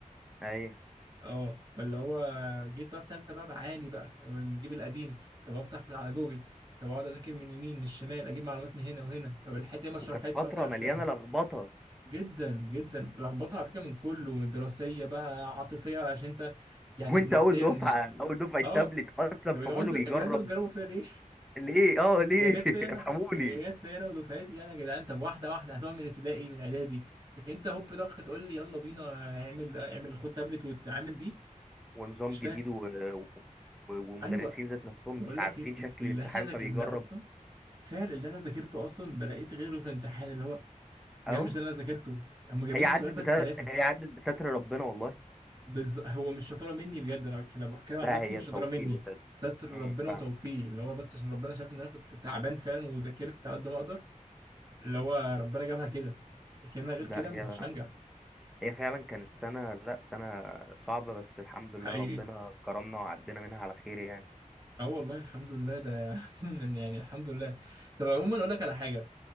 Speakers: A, in the centre; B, on the right.
A: ايوه
B: اه فاللي هو جيت بقى في ثالثه بقى بعاني بقى نجيب القديم طب افتح من على جوجل طب اقعد اذاكر من يمين من الشمال اجيب معلومات من هنا وهنا طب الحته ما اتشرحتش
A: وكانت فتره
B: اصلا انا
A: مليانه
B: مش فاهمها
A: لخبطه
B: جدا جدا لخبطه على فكره من كله من دراسيه بقى عاطفيه عشان انت يعني
A: وانت
B: نفسيا
A: اول دفعه
B: مش
A: اول دفعه
B: اه
A: تابلت اصلا
B: طب
A: فكله
B: يا جماعه انتوا
A: بيجرب
B: يا جدعان انتوا بتجربوا فيا ليه؟
A: ليه اه ليه
B: <laughs> يا جت فيا
A: <laughs>
B: انا
A: ارحموني
B: يا جت فيا انا ودفعتي يعني يا جدعان طب واحده واحده هتقعد من ابتدائي من اعدادي لكن انت هوب ضخ تقول لي يلا بينا اعمل اعمل خد تابلت وتعامل بيه
A: ونظام
B: مش فاهم
A: جديد و... و... ومدرسين
B: ايوه
A: ذات نفسهم مش
B: بقول
A: عارفين
B: لك ايه
A: شكل
B: اللي
A: الامتحان
B: احنا ذاكرناه
A: فبيجرب
B: اصلا فعل اللي انا ذاكرته اصلا بلاقيت غيره في الامتحان اللي هو يا
A: اهو
B: جماعه مش ده اللي انا ذاكرته هم جايبين
A: هي
B: السؤال
A: عدت
B: بس
A: بستر
B: لافف
A: هي عدت بستر ربنا والله
B: بز... هو مش شطاره مني بجد انا بتكلم بحكي عن
A: لا
B: نفسي
A: هي
B: مش
A: توفيق
B: شطاره مني
A: وسد
B: ستر ربنا
A: امم فاهمك
B: وتوفيق اللي هو بس عشان ربنا شايف ان انا كنت تعبان فعلا وذاكرت على قد ما اقدر اللي هو ربنا جابها كده لكن انا غير
A: ده
B: كده
A: هي
B: ما كنتش هنجح
A: هي فعلا كانت سنه لا سنه صعبه بس الحمد لله
B: حقيقي
A: ربنا كرمنا وعدينا منها على خير يعني
B: اه والله الحمد لله ده <laughs> يعني الحمد لله طب عموما اقول لك على حاجه